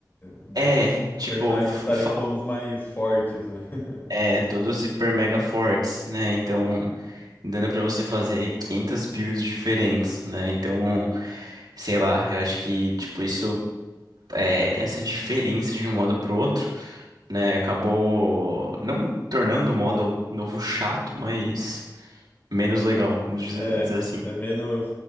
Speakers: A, on the left; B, on the right.
A: de-
B: É,
A: dos
B: tipo,
A: personagens
B: falta.
A: estarem todos mais fortes, né? <laughs>
B: É, todos hiper mega fortes, né? Então, dando pra você fazer 500 builds diferentes, né? Então, sei lá, eu acho que, tipo, isso, é, essa diferença de um modo pro outro, né? Acabou não tornando o modo novo chato, mas menos legal, vamos dizer,
A: É,
B: dizer assim.
A: é menos.